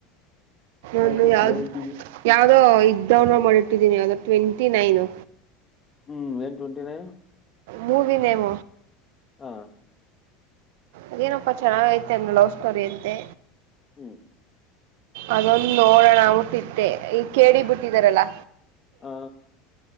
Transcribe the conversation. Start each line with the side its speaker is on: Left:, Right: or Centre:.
Left: ನಾಲ್ಕನೇ
Right: ಒಂದು ಯಾವ್ದ
Left: ತಾರೀಕಿಗೆ.
Right: ಯಾವ್ದೋ ಇದ. ಡೌನ್ಲೋಡ್ ಮಾಡಿಟ್ಟಿದ್ದೀನಿ ಅದು ಟ್ವೆಂಟಿ ನೈನು
Left: ಹ್ಮ್ ಏನ್ ಟ್ವೆಂಟಿ ನೈನ್
Right: ಮೂವ ನೇಮ
Left: ಹಾ
Right: ಅದೇನಪ್ಪಾ ಚೆನ್ನಾಗ ೈತೆ ಅಂದ ಲವ್ ಸ್ಟೋರಿ ಅಂತೆ
Left: ಹ್ಮ್
Right: ಅದೊಂದು ನೋಡೋಣ ಊಟ್ಟಿತ್ತೆ ಈ ಕೇಳಿ ಬಿಟ್ಟಿದಾರಲ್ಲಾ
Left: ಹಾ